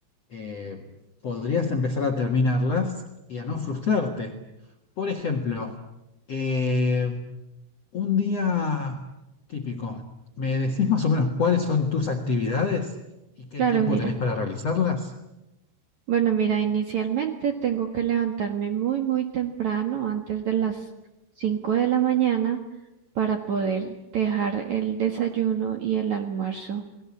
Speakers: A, on the left; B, on the right.
A: eh, podrías empezar a terminarlas y a no frustrarte. Por ejemplo, eh, un día típico, ¿me decís más o menos cuáles son tus actividades y qué
B: Claro,
A: tiempo
B: mira.
A: tenés para realizarlas?
B: Bueno, mira, inicialmente tengo que levantarme muy, muy temprano, antes de las 5 de la mañana, para poder dejar el desayuno y el almuerzo